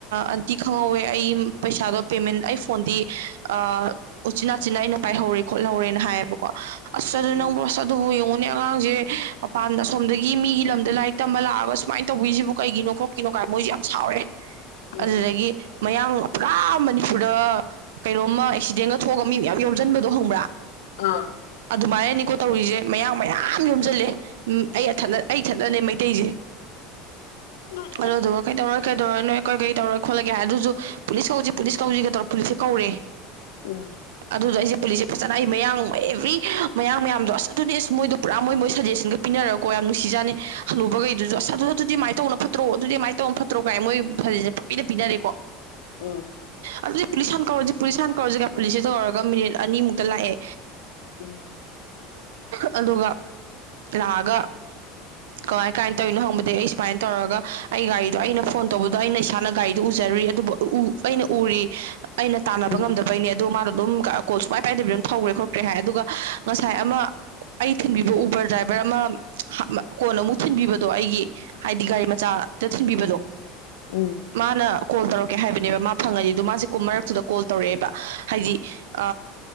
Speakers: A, on the right; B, on the left.
A: ꯑꯟꯇꯤ ꯈꯪꯍꯧꯋꯦ ꯑꯩ ꯄꯩꯁꯥꯗꯣ ꯄꯦꯃꯦꯟ ꯑꯩ ꯐꯣꯟꯗꯤ ꯑ ꯎꯆꯤꯟꯅꯥꯆꯤꯅꯥ ꯑꯩꯅ ꯄꯥꯏꯍꯧꯔꯦ ꯈꯣꯠꯍꯧꯔꯦꯅ ꯍꯥꯏꯌꯦꯕꯀꯣ ꯑꯁ ꯑꯗꯨ
B: ꯎꯝ
A: ꯅꯪꯕꯨꯣ ꯑꯁ ꯑꯗꯨꯕꯨ ꯌꯦꯡꯉꯨꯅꯦ ꯑꯉꯥꯡꯁꯦ ꯃꯄꯥꯟꯗ ꯑꯁꯣꯝꯗꯒꯤ ꯃꯤꯒꯤ ꯂꯝꯗ ꯂꯥꯏꯔꯤꯛ ꯇꯝꯕ ꯂꯥꯛꯑꯒ ꯁꯨꯃꯥꯏꯅ ꯇꯧꯕꯤꯁꯤꯕꯨ ꯀꯩꯒꯤꯅꯣ ꯈꯣꯠꯀꯤꯅꯣ ꯀꯥꯏ ꯃꯣꯏꯁꯨ ꯌꯥꯝ ꯁꯥꯎꯔꯦ
B: ꯎꯝ
A: ꯑꯗꯨꯗꯒꯤ ꯃꯌꯥꯡ ꯄꯨꯔꯥ ꯃꯅꯤꯄꯨꯔꯗ ꯀꯩꯅꯣꯝꯃ ꯑꯦꯛꯁꯤꯗꯦꯟꯒ ꯊꯣꯛꯑꯒ ꯃꯤ ꯃꯌꯥꯝ ꯌꯣꯝꯁꯤꯟꯕꯗꯣ ꯍꯪꯕ꯭ꯔꯥ
B: ꯑꯥ
A: ꯑꯗꯨꯃꯥꯏꯅꯅꯤꯀꯣ ꯇꯧꯔꯤꯁꯦ ꯃꯌꯥꯝ ꯃꯌꯥꯝ ꯌꯣꯝꯁꯜꯂꯦ ꯎꯝ ꯑꯩ ꯑꯩ ꯊꯠꯅꯅꯦ ꯃꯩꯇꯩꯁꯦ
B: ꯎ
A: ꯑꯗꯨꯗꯨꯒ ꯀꯩꯗꯧꯔ ꯀꯩꯗꯧꯔ ꯅꯣꯏ ꯀꯩ ꯀꯩ ꯇꯧꯔꯣꯏ ꯈꯣꯠꯂꯒꯦ ꯑꯗꯨꯗꯨꯁꯨ ꯄꯨꯂꯤꯁ ꯀꯧꯁꯤꯛ ꯄꯨꯂꯤꯁ ꯀꯧꯁꯤꯒꯗ꯭ꯔꯣ ꯄꯨꯂꯤꯁꯦ ꯀꯧꯔꯦ
B: ꯎꯝ
A: ꯑꯗꯨꯗ ꯑꯩꯁꯦ ꯄꯨꯂꯤꯁꯦ ꯐꯖꯅ ꯑꯩ ꯃꯌꯥ ꯑꯦꯕ꯭ꯔꯤ ꯃꯌꯥꯝ ꯃꯌꯥꯝꯗꯣ ꯑꯁ ꯑꯗꯨꯅꯦ ꯑꯁ ꯃꯣꯏꯣ ꯄꯨꯔꯥ ꯃꯣꯏ ꯃꯣꯏ ꯁꯖꯦꯁꯟ ꯄꯤꯅꯔꯒꯀꯣ ꯌꯥꯝ ꯅꯨꯡꯁꯤ ꯆꯥꯅ ꯍꯅꯨꯕꯒ ꯑꯗꯨꯁꯨ ꯑꯁꯥꯗꯣ ꯑꯗꯨꯗꯤ ꯑꯗꯨꯃꯥꯏꯅ ꯇꯧꯅ ꯐꯠꯇ꯭ꯔꯣ ꯑꯗꯨꯗꯤ ꯑꯗꯨꯃꯥꯏꯅ ꯇꯧꯅ ꯐꯠꯇ꯭ꯔꯣ ꯀꯥꯏꯅ ꯃꯣꯏ ꯐꯁꯦ ꯄꯛꯄꯤꯅ ꯄꯤꯅꯔꯦꯀꯣ
B: ꯑ
A: ꯑꯗꯨꯗꯤ ꯄꯨꯂꯤꯁ ꯍꯥꯟ ꯀꯧꯔꯁꯤꯦ ꯄꯨꯂꯤꯁ ꯍꯥꯟ ꯀꯧꯔꯁꯤꯒ ꯄꯨꯂꯤꯁꯁꯦ ꯇꯧꯔꯒ ꯃꯤꯅꯤꯠ ꯑꯅꯤꯃꯨꯛꯇ ꯂꯥꯛꯑꯦ
B: ꯎꯝ
A: ꯑꯗꯨꯒ ꯑꯗꯨꯒ ꯔꯒ ꯀ ꯀꯃꯥꯏꯅ ꯇꯧꯔꯤꯤꯣꯪꯕꯗꯤ ꯑꯩ ꯁꯨꯃꯥꯏꯅ ꯇꯧꯔꯒ ꯑꯩ ꯒꯥꯔꯤꯗꯣ ꯑꯩꯅ ꯐꯣꯟ ꯇꯧꯕꯗꯣ ꯑꯩꯅ ꯏꯁꯥꯅ ꯒꯥꯔꯤꯗꯨꯣ ꯎꯖꯔꯨꯏ ꯑꯗꯨꯕꯨ ꯑꯩꯅ ꯎꯔꯤ ꯑꯩꯅ ꯇꯥꯟꯅꯕ
B: ꯎꯝ
A: ꯉꯝꯗꯕ ꯩꯅꯦ ꯑꯗꯨ ꯃꯥꯅꯣ ꯑꯗꯨꯝ ꯀꯣꯜꯁꯨ ꯃꯥꯏ ꯄꯥꯏꯗꯕꯤ ꯑꯗꯨꯝ ꯊꯧꯈ꯭ꯔꯦ ꯈꯣꯠꯈ꯭ꯔꯦ ꯍꯥꯏ ꯑꯗꯨꯒ ꯉꯁꯥꯏ ꯑꯃ ꯑꯩ ꯊꯤꯡꯕꯤꯕ ꯎꯕꯔ ꯗ꯭ꯔꯥꯏꯚꯔ ꯑꯃ ꯀꯣꯟꯅ ꯑꯃꯨꯛ ꯊꯤꯟꯕꯤꯕꯗꯣ ꯑꯩꯒꯤ ꯍꯥꯏꯗꯤ ꯒꯥꯔꯤ ꯃꯆꯥꯗ ꯊꯤꯟꯕꯤꯕꯗꯣ
B: ꯎꯝ
A: ꯃꯥꯅ ꯀꯣꯜ ꯇꯧꯔꯛꯀꯦ ꯍꯥꯏꯕꯅꯦꯕ ꯃꯥ ꯐꯪꯉꯅꯤ ꯑꯗꯨ ꯃꯥꯁꯦ ꯀꯨꯝ ꯃꯔꯛꯇꯨꯗ ꯀꯣꯜ ꯇꯧꯔꯛꯑꯦꯕ ꯍꯥꯏꯗꯤ ꯑ